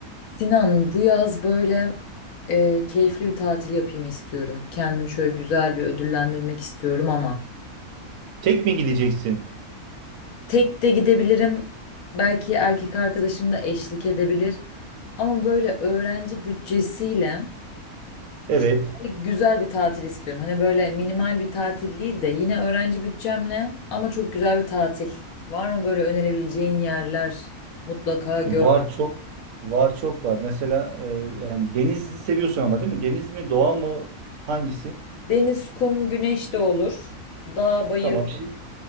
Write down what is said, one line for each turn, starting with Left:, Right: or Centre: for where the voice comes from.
Left: Sinan, bu yaz böyle e, keyifli bir tatil yapayım istiyorum. Kendimi şöyle güzel bir ödüllendirmek istiyorum ama
Right: Tek mi gideceksin?
Left: tek de gidebilirim. Belki erkek arkadaşım da eşlik edebilir. Ama böyle öğrenci bütçesiyle
Right: Evet.
Left: şöyle güzel bir tatil istiyorum. Hani böyle minimal bir tatil değil de yine öğrenci bütçemle ama çok güzel bir tatil. Var mı böyle önerebileceğin yerler? Mutlaka gör.
Right: Var çok. Var çok var. Mesela e, yani denizi seviyorsun ama değil mi? Deniz mi, doğa mı? Hangisi?
Left: Deniz, kum, güneş de olur. Dağ, bayır
Right: Tamam. Şi,